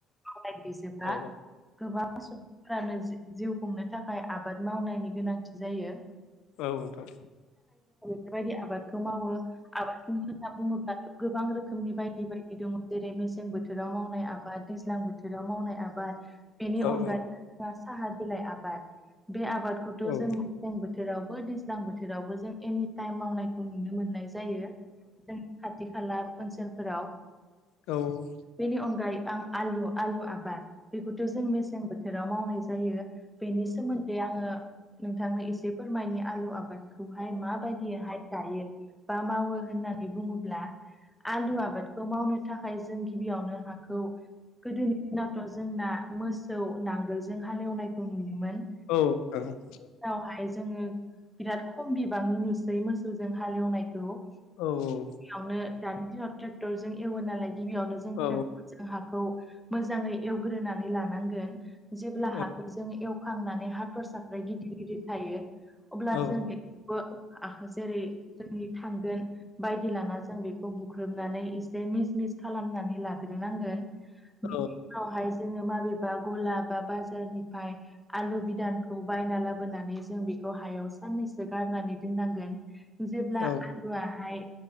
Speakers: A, in the centre; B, on the left (about 70°).
A: मावनाय गैजोबा
B: औ
A: गोबां सुबुं फोरानो जिउ खुंनो थाखाय आबाद मावनायनि गोनांथि जायो
B: औ नोंथां
A: बेबायदि आबादखौ मावो आबादखौनो होनना बुङोब्लाथ' गोबां रोखोमनि बायदि बायदि दङ जेरै मेसें बोथोराव मावनाय आबाद दैज्लां बोथोराव मावनाय आबाद बेनि
B: औ
A: अनगायै
B: नोंथां औ
A: साहा बिलाइ आबाद बे आबादखौथ'
B: नोंथां
A: जों मेसें बोथोरावबो दैज्लां बोथोरावबो जों एनि टाइम मावनायखौ नुनो मोननाय जायो जों खाथि खाला ओनसोलफोराव
B: औ
A: बेनि अनगायै आं आलु आलु आबाद बेखौथ' जों मेसें बोथोराव मावनाय जायो बेनि सोमोन्दै आङो नोंथांनो एसे फोरमायनि आलु आबाद खौहाय माबायदियैहाय गायो बा मावो होननानै बुङोब्ला आलु आबादखौ मावनो थाखाय जों गिबियावनो हाखौ गोदोनि दिनथ' जोंना मोसौ नांगोलजों हालेवनायखौ नुयोमोन
B: औ नोंथां नंगौ <unintelligible>
A: दावहाय जोङो बिराद खम बिबांनि नुसै मोसौजों हालेवनायखौ
B: औ औ
A: आवनो दानि दिनाव ट्रेक्टरजों एवो नालाय गिबियावनो जों
B: औ
A: ट्रेक जों हाखौ मोजाङै एवग्रोनानै लानांगोन जेब्ला
B: औ
A: हाखौ जों एव खांनानै हाथरसाफ्रा गिदिर गिदिर थायो अब्ला
B: औ
A: जों बे बो जेरै जोंनि थांगोन बायदि लाना जों बेखौ बुख्रुबनानै बे मिस मिस खालामनानै लाग्रोनांगोननि
B: औ
A: उनावहाय जोङो माबेबा गला बा बाजारनिफ्राय आलु बिदानखौ बायना लाबोनानै जों बेखौ हायाव साननैसो गारनानै दोननांगोन जेब्ला
B: औ
A: आलुआहाय